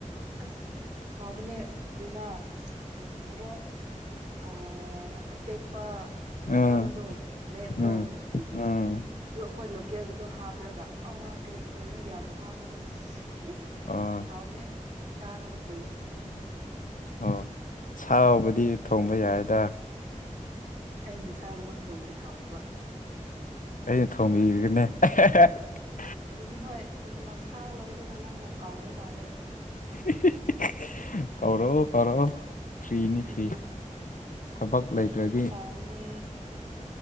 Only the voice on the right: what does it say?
ꯑꯁ ꯍ ꯍꯥꯎꯕꯅꯦ ꯀ꯭ꯔꯤꯔꯥ ꯎꯝ ꯃꯣꯔꯣꯛ ꯑꯥ ꯑꯇꯦꯛꯄ
ꯃꯀꯪꯗꯣ ꯔꯦꯠ
ꯇꯣ <unintelligible>
ꯑꯗꯨ ꯑꯩꯈꯣꯏ ꯂꯣꯀꯦꯜꯒꯤꯗꯣ ꯍꯥꯞꯔꯒ ꯑ ꯀꯔꯤ ꯗꯣꯔꯅ ꯌꯥꯝ ꯍꯥꯞꯄꯗꯣ ꯎꯝ
ꯍꯥꯎꯕꯅꯦ ꯆꯥꯗꯕ ꯀꯨꯏꯔꯦ ꯆꯥꯅꯤꯡꯉꯦ
ꯑꯩꯅ ꯁꯥꯒꯨꯝꯕ ꯊꯣꯡꯔꯗꯤ ꯍꯥꯎꯇꯕ
ꯑꯗꯨꯅꯤ ꯍꯣꯏ ꯅꯣꯡꯃ ꯁꯥ ꯂꯧꯔꯒ ꯅꯪꯕꯨ ꯀꯥꯎꯕ ꯇꯥꯔꯦ
ꯎꯝ
ꯀꯧꯕ ꯇꯥꯕꯅꯦ